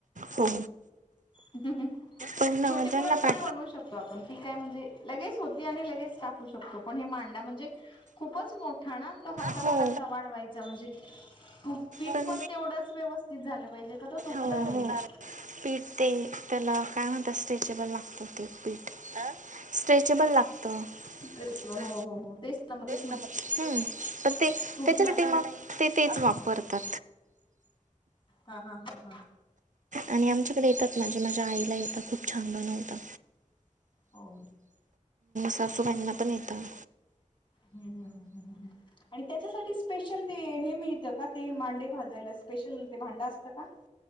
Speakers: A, on the right; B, on the left.
A: हो
B: हम्मं हम्मं
A: पण अ,
B: छोटी
A: ज्यांना
B: पुरणंपोळी
A: पॅ
B: बनवूं शकतो आपणं ती कायं म्हंणजे लगेचं होती आणि लगेचं टां पणं हे मांडा म्हणजे खूपचं मोठा नां तो हातांवर
A: हो.
B: असां वाढवांयचां जां पीठ
A: पण-
B: पणं तेवढं व्यवस्थितं झालं पाहिजे कां तसं तुटणारं
A: हो हो
B: नाहीं
A: पीठ ते त्यांला कायं म्हणतं स्ट्रेचेबलं लागतं ते पीठ स्ट्रेचेबलं लागतं
B: अ
A: ते
B: हो हो हो तेच ना मग तेच म्हण
A: त्यांच्या साठी
B: तुटणार असंच
A: ते मंग ते तेचं वापरतातं
B: हां हां हां
A: आणि आमच्यांकडे येतातं मांझे माझ्यां आईलां येतं खूंप छान बनवतां
B: हो
A: सासूबांईनां पणं येतं
B: हमं हमं हंम हंम आणि त्यांच्यासाठी स्पेशलं ते हे मिळतं कां ते मांडे भाजायलां स्पेशंल ते भांडा असतं कां